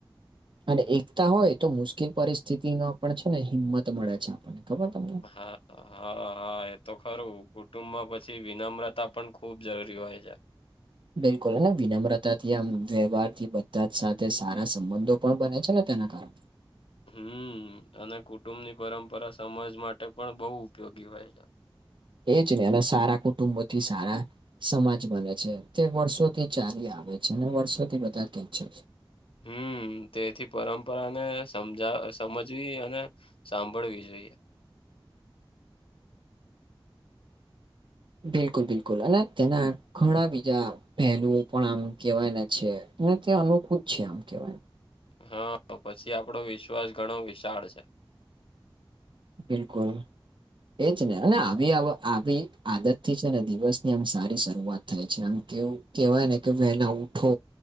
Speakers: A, on the right (about 60°); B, on the left (about 75°).
A: અને એકતા હોય તો મુશ્કેલ પરિસ્થિતિનો આપ છે ને હિંમત મળે છે આપણને ખબર તમને.
B: હા, હા, હા. હા એ તો ખરું કુટુંબમાં પછી વિનમ્રતા પણ ખુબ જરૂરી હોય છે.
A: બિલકુલ વિનમ્રતાથી આમ વ્યવહાર થી બધા સાથે સારા સંબંધો પણ બને છે ને તેના કારણે.
B: હમ અને કુટુંબની પરંપરા સમાજ માટે પણ બહું ઉપયોગી હોય છે.
A: એ જ ને એના સારા કુટુંબથી સારા સમાજ બને છે તે વર્ષોથી ચાલી આવે છે અને વર્ષોથી બધા કે છે.
B: હમ. તેથી પરંપરાને સમજ સમજવી અને સાંભળવી જોઈએ.
A: બિલકુલ, બિલકુલ અને તેના ઘણા બીજા. પહેલું પણ આમ કેવાય ને છે તે અનું કુંત જ છે આમ કેવાય.
B: હા, પછી આપડો વિશ્વાસ ઘણો વિશાળ છે.
A: બિલકુલ. એજ ને અને આવી આવી આદતથી છે ને દિવસની આમ સારી શરૂઆત થાય છે આમ કેવું કેવાય ને કે વહેલા ઉઠો